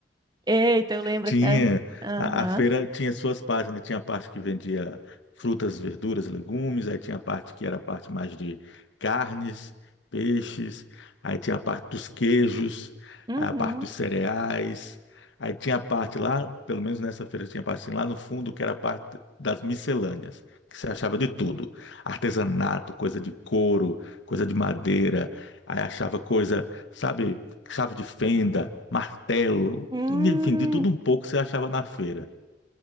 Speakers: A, on the right; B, on the left.
A: Eita, eu lembro
B: Tinha,
A: que era. Aham.
B: a, a feira tinha suas partes, né? Tinha a parte que vendia frutas, verduras, legumes, aí tinha a parte que era a parte mais de carnes, peixes, aí tinha a parte dos queijos,
A: Uhum.
B: aí a parte dos cereais, aí tinha a parte lá, pelo menos nessa feira tinha a parte assim, lá no fundo, que era a parte das miscelâneas, que se achava de tudo, artesanato, coisa de couro, coisa de madeira, aí achava coisa, sabe? chave de fenda, martelo,
A: Hum,
B: enfim, de tudo um pouco você achava na feira.